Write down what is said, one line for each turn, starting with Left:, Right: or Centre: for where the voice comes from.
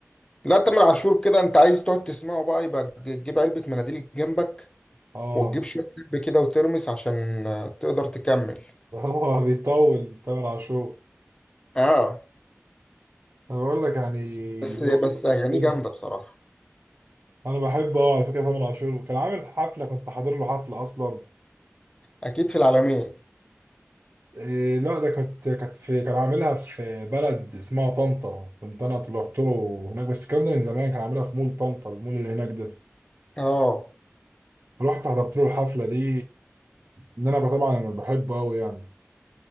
Left: لا تامر عاشور كده أنت عايز تقعد تسمعه بقى يبقى تجيب علبة مناديل جنبك
Right: اه
Left: وتجيب شوية لب كده وترمس عشان آه، تقدر تكمل
Right: <laughs> هو بيطول تامر عاشور
Left: اه
Right: انا بقول لك يعني
Left: بس بس
Right: هو
Left: أغانيه
Right: بنت.
Left: جامدة بصراحة
Right: انا بحبه اه على فكره تامر عاشور وكان عامل حفله كنت حاضر له حفله اصلا
Left: أكيد في العالمية
Right: إيه لا ده كانت كانت في كان عاملها في بلد اسمها طنطا كنت انا طلعت له هناك بس الكلام ده من زمان كان عاملها في مول طنطا المول اللي هناك ده
Left: اه
Right: رحت حضرت له الحفله دي ان انا طبعا انا بحبه قوي يعني